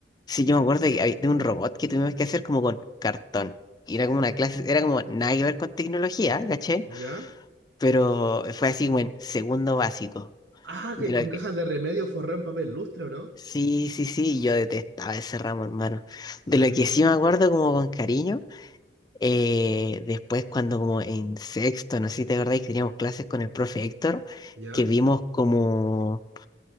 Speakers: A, on the left; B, on the right.
A: Sí, yo me acuerdo que hay- de un robot que tuvimos que hacer como con cartón. Y era como una clase, era como nada que ver con tecnología, ¿caché?
B: ¿Ya?
A: Pero fue así como en segundo básico.
B: Ah,
A: De
B: que con
A: lo que,
B: cajas de remedio forré en papel lustre, ¿o ¿no?
A: sí, sí, sí, yo detestaba ese ramo, hermano.
B: Laca.
A: De lo que sí me acuerdo como con cariño, eh, después cuando como en sexto, no sé si te acordás que teníamos clases con el profe Héctor,
B: ¿Ya?
A: que vimos como,